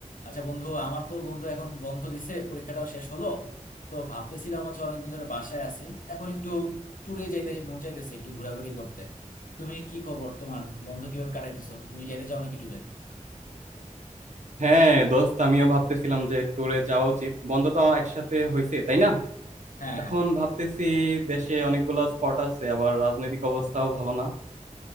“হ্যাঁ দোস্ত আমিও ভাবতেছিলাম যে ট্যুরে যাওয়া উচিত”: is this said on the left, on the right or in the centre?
Right